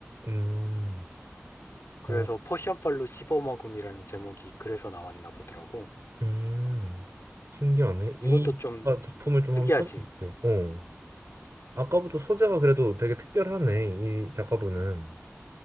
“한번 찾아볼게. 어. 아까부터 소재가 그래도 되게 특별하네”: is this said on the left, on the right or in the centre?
Right